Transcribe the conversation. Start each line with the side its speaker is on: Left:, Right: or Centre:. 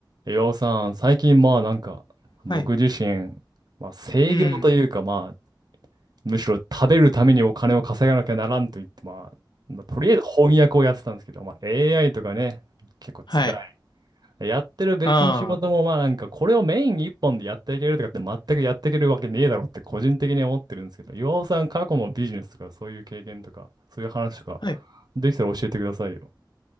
Right: 岩尾さん、最近まあなんか、僕自身、
Left: はい。
Right: まあ制御というかまあ、
Left: うん。
Right: むしろ食べるためにお金を稼がなきゃならんと言って、まあ、まあとりあえず翻訳をやってたんですけど、まあ AI とかね、結構辛い。
Left: はい。
Right: やってる別の仕事もまあなんか、
Left: あ
Right: これをメイン一本でやっていけるとかって全くやっていけるわけねえだろって個人的に思ってるんですけど、岩尾さん過去のビジネスとかそういう経験とか、そういう話とか、
Left: あ。はい。
Right: できたら教えてくださいよ。